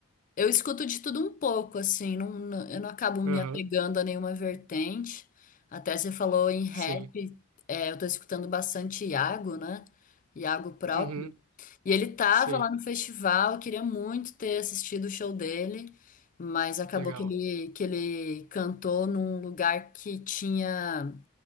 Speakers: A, on the left (about 40°); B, on the right (about 80°).
A: eu escuto de tudo um pouco, assim, não, não- eu não acabo me
B: Aham,
A: apegando a nenhuma vertente. Até você falou em rap,
B: sim.
A: é, eu tô escutando bastante Iago, né? Iago próprio.
B: Uhum,
A: E ele tava
B: sei.
A: lá no festival, eu queria muito ter assistido o show dele, mas acabou
B: Legal.
A: que ele, que ele cantou num lugar que tinha.